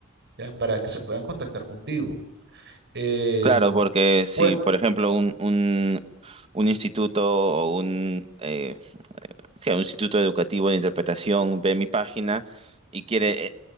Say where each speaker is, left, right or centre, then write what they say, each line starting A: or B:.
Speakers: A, on the right; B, on the right.
A: ¿ya? Para que se puedan contactar contigo. Eh,
B: Claro, porque si,
A: pues,
B: por ejemplo, un, un, un instituto o un, eh, sí, un instituto educativo de interpretación ve mi página y quiere eh,